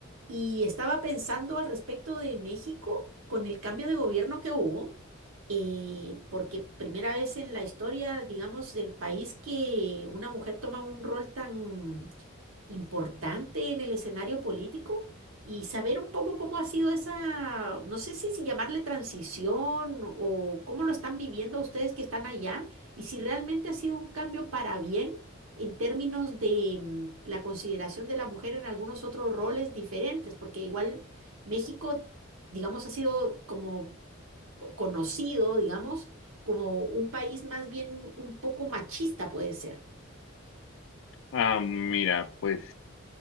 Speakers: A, on the right; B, on the left.
A: y estaba pensando al respecto de México con el cambio de gobierno que hubo, eh, porque primera vez en la historia, digamos, del país que una mujer toma un rol tan importante en el escenario político. y saber un poco cómo ha sido esa, no sé si, si llamarle transición o cómo lo están viviendo ustedes que están allá y si realmente ha sido un cambio para bien en términos de mm, la consideración de la mujer en algunos otros roles diferentes, porque igual México, digamos, ha sido como po- conocido, digamos, como un país más bien un poco machista puede ser.
B: Ah, mira, pues